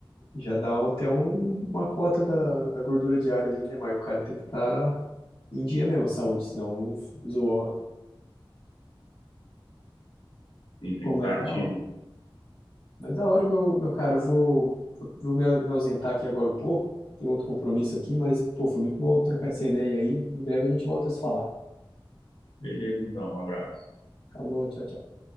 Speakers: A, on the left; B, on the left.
A: Já dá até um- uma cota da, da gordura diária ali, né? Mas o cara tem que estar em dia mesmo, a saúde, senão zoa.
B: Sim, tem
A: Pô,
B: que
A: mas
B: estar ativo.
A: da hora. Mas da hora, meu, meu cara, eu vou, vou, vou me, me ausentar aqui agora um pouco. Tem outro compromisso aqui, mas, pô, foi muito bom trocar essa ideia aí. Em breve a gente volta a se falar.
B: Beleza, então, um abraço.
A: Falou, tchau, tchau.